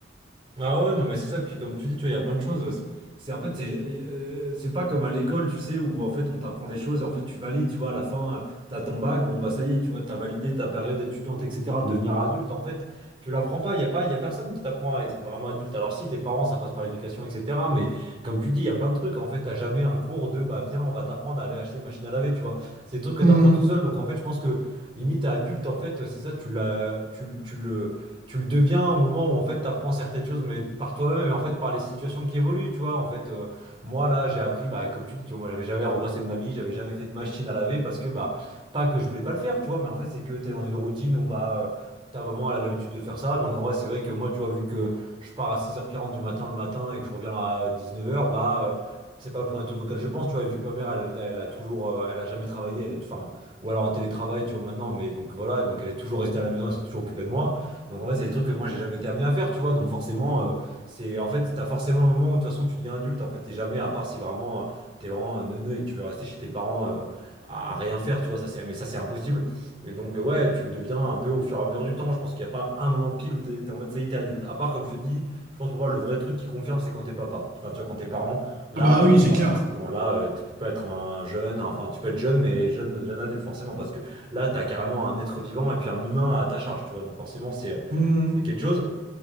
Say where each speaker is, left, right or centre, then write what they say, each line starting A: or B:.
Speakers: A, on the right (about 30°); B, on the right (about 55°).
A: Ah ouais, non, mais c'est ça. Puis comme tu dis, tu vois, il y a plein de choses. C'est c'est- en fait, c'est euh, c'est pas comme à l'école, tu sais, où en fait on t'apprend des choses et en fait tu valides, tu vois, à la fin, euh, t'as ton bac, bon bah ça y est, tu vois, t'as validé ta période étudiante, etc. Devenir adulte, en fait, tu l'apprends pas. Il y a pas, il y a personne qui t'apprend à être vraiment adulte. Alors si tes parents, ça passe par l'éducation, etc. Mais comme tu dis, il y a plein de trucs. En fait, t'as jamais un cours de bah viens, on va t'apprendre à aller acheter une machine à laver, tu vois. C'est des trucs que
B: Hmm.
A: t'apprends tout seul. Donc en fait, je pense que limite à adulte, en fait, c'est ça, tu l'as, tu, tu le tu le deviens au moment où en fait tu apprends certaines choses mais par toi-même et en fait par les situations qui évoluent tu vois en fait euh, moi là j'ai appris bah comme tu dis tu vois moi j'avais jamais repassé de ma vie j'avais jamais fait de machine à laver parce que bah pas que je voulais pas le faire tu vois mais en fait c'est que tu es dans une routine où bah euh, ta maman elle a l'habitude de faire ça donc en vrai c'est vrai que moi tu vois vu que je pars à six heures quarante du matin le matin et que je reviens à dix neuf heures bah euh, c'est pas le premier truc auquel je pense tu vois et vu que ma mère elle, elle a toujours euh, elle a jamais travaillé elle est enfin ou alors en télétravail tu vois maintenant mais donc voilà donc elle est toujours restée à la maison elle s'est toujours occupée de moi donc en fait, c'est des trucs que moi j'ai jamais été amené à faire, tu vois. Donc forcément, euh, c'est en fait, t'as forcément un moment où de toute façon tu deviens adulte. En fait, t'es jamais, à part si vraiment euh, t'es vraiment un neuneu et que tu veux rester chez tes parents euh, à rien faire, tu vois. Ça, c'est, mais ça, c'est impossible. Et donc, euh, ouais, tu le deviens un peu au fur et à mesure du temps. Je pense qu'il n'y a pas un moment pile où t'es t'es en mode ça y est, t'es adulte. À part, comme je te dis, je pense pour moi, le vrai truc qui confirme, c'est quand t'es papa. Enfin, tu vois, quand t'es parent, là,
B: Ah bah
A: euh,
B: oui,
A: bon,
B: c'est
A: bah,
B: clair.
A: forcément, là, euh, tu peux pas être un jeune. Enfin, tu peux être jeune, mais jeune, jeune adulte, forcément, parce que là, t'as carrément un être vivant et puis un humain à ta charge, tu vois. Donc, forcément, c'est, euh,
B: Hmm.
A: c'est quelque chose.